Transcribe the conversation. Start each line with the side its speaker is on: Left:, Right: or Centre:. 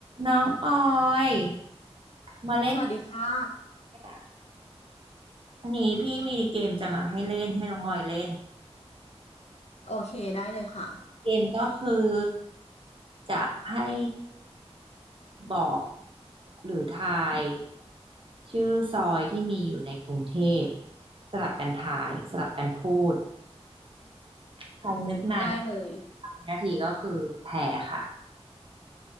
Right: น้องออยมาเล่นเกม
Left: สวัสดีค่ะ
Right: ค่ะวันนี้พี่มีเกมจะมาให้เล่นให้น้องออยเล่น
Left: โอเคได้เลยค่ะ
Right: เกมก็คือจะให้บอกหรือทายชื่อซอยที่มีอยู่ในกรุงเทพสลับกันทายสลับกันพูดใครนึกนาน
Left: ได้เลย
Right: สามนาทีก็คือแพ้ค่ะ